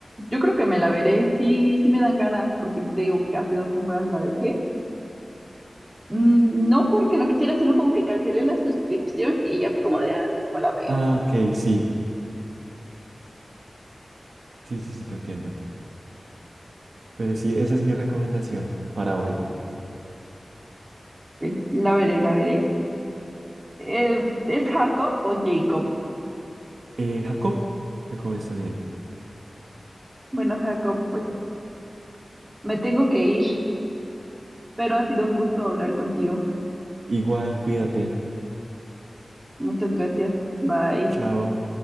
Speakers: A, on the right; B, on the right.
A: yo creo que me la veré. Sí, sí me dan ganas, porque te digo que hace dos temporadas la dejé. Mm, No porque no quisiera, sino como que cancelé la suscripción y ya fue como de, ah, pues la veo.
B: Ah, ok, sí, sí, sí, sí, te entiendo. Pero sí, esa es mi recomendación para hoy.
A: Pues la veré, la veré. Eh, ¿es Jacob o Jacob?
B: Eh, Jacob, Jacob está bien.
A: Bueno, Jacob, pues me tengo que ir, pero ha sido un gusto hablar contigo.
B: Igual, cuídate.
A: Muchas gracias. Bye.
B: Chao.